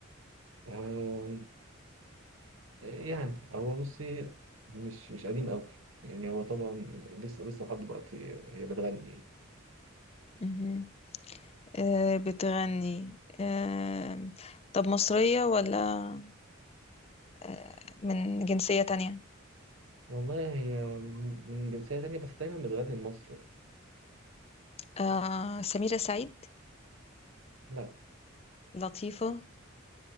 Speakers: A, on the right; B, on the left.
A: أم... يعني هو بصي مش مش قديم أوي يعني هو طبعا لسه لسه لحد دلوقتي هي بتغني
B: مهم. آه بتغني آه طب مصرية ولا آه من جنسية تانية
A: والله هي من جنسية تانية بس دايما بتغني لمصر
B: آه سميرة سعيد
A: لا
B: لطيفة